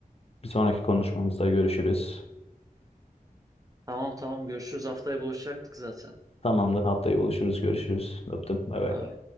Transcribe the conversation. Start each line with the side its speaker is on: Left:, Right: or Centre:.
Left: Bir sonraki konuşmamızda görüşürüz.
Right: Tamam tamam görüşürüz. Haftaya buluşacaktık zaten.
Left: Tamamdır. Haftaya buluşuruz. Görüşürüz. Öptüm. Bay bay.
Right: Bay bay.